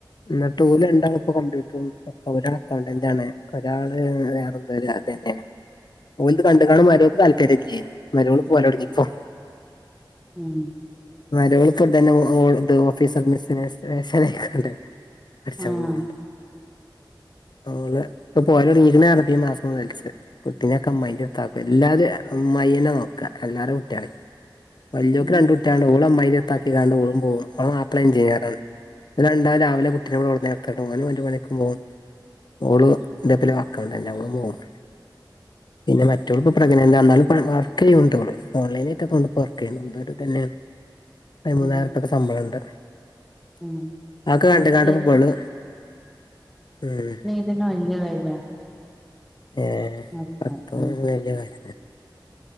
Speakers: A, on the left; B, in the centre.
A: ഇന്നെട്ട് ഓല്ണ്ടാള്പ്പോ കംപ്യൂട്ടറും ഒക്കെ ഒരാള് അക്കൗണ്ടന്റാണ് ഒരാള് വേറെ വെര അതെന്നയാണ് ഓൽത്കണ്ട്ക്കാണ്ട് മരോക്ക് താല്പര്യല്ലേനു മരോള് പോവലൊട്ങ്ങിപ്പോ
B: ഉം
A: മരോളിപ്പതന്നെ ഓ ഓള്ത് ഓഫീസർ മിസ്നേഷറേഷനയിക്കാണ്ട് പഠ്ച്ചാ
B: ആഹ്
A: പോവ്ണ്ട് ഓള് ഇപ്പോ പോവലൊട്ങ്ങീക്ക്ണ്റ്ഞ്ഞ് ഇപ്പൊ മാസ മുതൽച്ച് കുട്ടിനെക്കെ അമ്മായിന്റെട്ത്താക്കും എല്ലാരു അമ്മായെന്നെ നോക്കാ എല്ലാരെ കുട്ട്യാളിം വല്ല്യോക്ക്
B: ഉം
A: രണ്ട് കുട്ട്യേള്ണ്ട് ഓള് അമ്മായിന്റെട്ത്താക്കിക്കാണ്ട് ഓളും പോവും ഓളെ മാപ്പള എഞ്ചിനീയറാണ് ഓല് രണ്ടാളും രാവിലെ കുട്ടിനെവ്ടെ കൊണ്ട്ന്നാക്ക്യാണ്ട് ഓന് ഓന്റെ പണിക്കും പോവും ഓള് ഇന്റെപ്പരെ അക്കൗണ്ടെന്റാ ഓളും പോവും പിന്നെ മറ്റൊള്പ്പം പ്രെഗ്നന്റാ ഇന്നാലുപ്പോള് വർക്കെയ്യ്ണ്ടോള് ഓൺലൈനായിട്ടാ തോന്ന്ണ്ട് പോറ് പിന്നെ എന്തോര് ഇതെന്നെ പതിമൂന്നായിറ്പ്യക്കെ
B: ഉം
A: ശമ്പളണ്ട്
B: ഉം
A: അതൊക്കെ
B: നമുക്ക്
A: കണ്ട്ക്കാണ്ട്പ്പ ഇബള് ഉം
B: ഇതെന്നെ വല്ല്യ കാര്യാ
A: ഏഹ്
B: അപ്പൊ
A: പഠ്ത്തൊ
B: ഉം
A: ഒര് വല്ല്യ കാര്യം ത